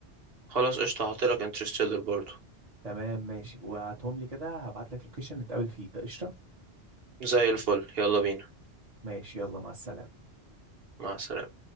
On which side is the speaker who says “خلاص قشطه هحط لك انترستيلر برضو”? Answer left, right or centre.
Right